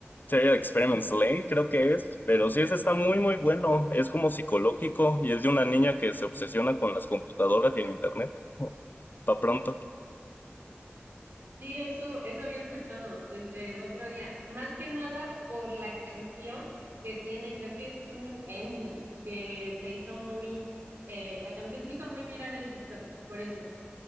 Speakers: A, on the left (about 50°); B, on the right (about 60°).
A: Theory of Experiments Lane, creo que es, pero sí, ese está muy, muy bueno. Es como psicológico y es de una niña que se obsesiona con las computadoras y el internet. Oh, pa pronto.
B: Sí, eso, eso había escuchado desde el otro día. Más que nada por la canción que tiene, creo que es un ending que se hizo muy, eh, la canción se hizo muy viral en TikTok, por eso.